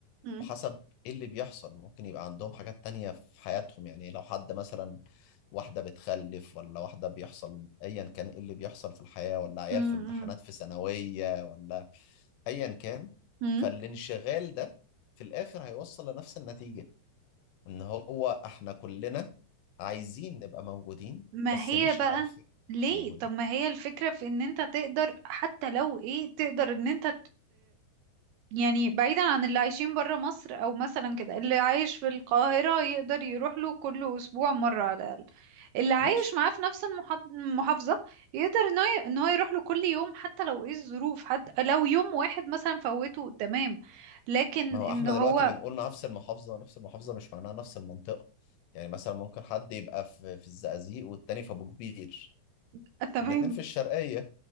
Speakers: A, on the right; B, on the left.
A: امم
B: وحسب ايه اللي بيحصل ممكن يبقى عندهم حاجات تانية في حياتهم يعني لو حد مثلا واحدة بتخلف ولا واحدة بيحصل ايا كان ايه اللي بيحصل في الحياة ولا عيال
A: امم
B: في امتحانات في ثانوية ولا ايا كان
A: امم
B: فالانشغال ده في الاخر هيوصل لنفس النتيجة ان هو احنا كلنا عايزين نبقى موجودين
A: ما
B: بس
A: هي
B: مش
A: بقى
B: عارفين
A: ليه
B: موجودين
A: طب ما هي الفكرة في ان انت تقدر حتى لو ايه تقدر ان انت يعني بعيدا عن اللي عايشين برا مصر او مثلا كده اللي عايش في القاهرة يقدر يروح له كل اسبوع مرة على الاقل اللي عايش
B: ماشي
A: معاه في نفس المحا- المحافظة يقدر ان هو ي- إن هو يروح له كل يوم حتى لو ايه الظروف حتى لو يوم واحد مثلا فوته تمام لكن
B: ما هو
A: ان
B: احنا
A: هو
B: دلوقتي بنقول نفس المحافظة نفس المحافظة مش معناها نفس المنطقة يعني مثلا ممكن حد يبقى في في الزقازيق والتاني في أبو كبير
A: <laughs> تمام
B: والاتنين في الشرقية